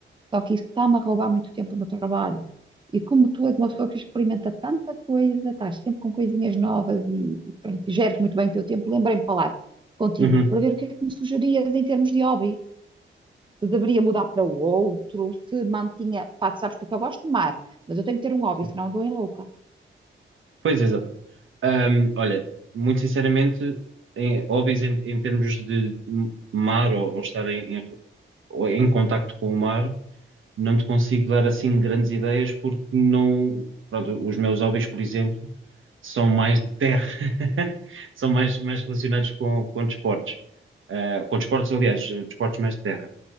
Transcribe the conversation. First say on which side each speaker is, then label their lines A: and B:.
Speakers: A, on the right; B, on the right.
A: Só que isso está-me a roubar muito tempo no trabalho. E como tu és uma pessoa que experimenta tanta coisa, estás sempre com coisinhas novas e, e pronto, e geres muito bem o teu tempo, lembrei-me de falar contigo
B: Uhum,
A: para ver o que é que me sugerias em termos de hobby. Se deveria mudar para o outro, se mantinha. Pá, tu sabes que eu só gosto de mar, mas eu tenho que ter um hobby,
B: sim.
A: senão eu dou em louca.
B: Pois, exato. Ahm, olha, muito sinceramente, em, hobbies em, em termos de mar ou, ou estar em, em, ou em contacto com o mar, não te consigo dar assim grandes ideias porque não. Pronto, os meus hobbies, por exemplo, são mais de terra, <laughs> são mais, mais relacionados com, com desportos. Ah, com desportos, aliás, desportos mais de terra.